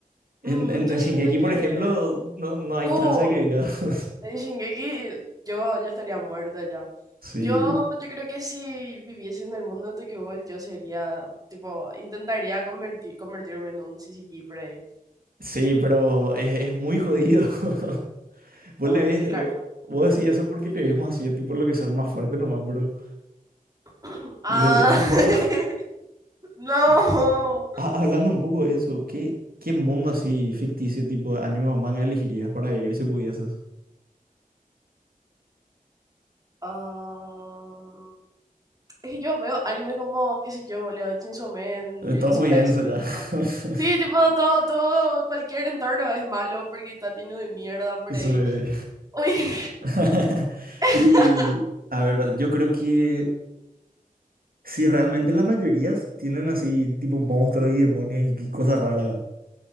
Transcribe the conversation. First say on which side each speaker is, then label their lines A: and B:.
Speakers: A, on the right; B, on the right.
A: En,
B: Mm,
A: en,
B: yo
A: en Shingeki,
B: siento que...
A: por ejemplo, no, no hay
B: Uh,
A: chance de que digas. <laughs>
B: En Shingeki yo, yo estaría muerta ya.
A: Sí,
B: Yo,
A: uh,
B: yo creo que si viviese en el mundo de Tokyo Ghoul, yo sería, tipo, intentaría convertir, convertirme en un CCG por ahí.
A: sí, pero es, es muy jodido. <laughs> Vos
B: No,
A: le ves,
B: yo lo haría.
A: vos decís eso porque le vemos así, tipo, lo que son más fuertes nomás, bro.
B: <clears throat> Ah,
A: Del resto.
B: <laughs> no.
A: <laughs> Ah, hablando un poco de eso, ¿qué, qué mundo así ficticio tipo de anime o manga elegirías para vivir si pudieses?
B: Ah, es que yo veo animes como, qué sé yo, boludo, Chainsaw Man,
A: Eh,
B: Jujutsu
A: Todo muy
B: Kaisen
A: denso ya.
B: y eso.
A: <laughs>
B: Sí, tipo, todo, todo, cualquier entorno es malo porque está lleno de mierda por
A: Sí.
B: ahí. Uy.
A: <laughs>
B: <laughs>
A: Y a ver, yo creo que si realmente la mayoría tienen así tipo monstruos y demonios y cosas raras,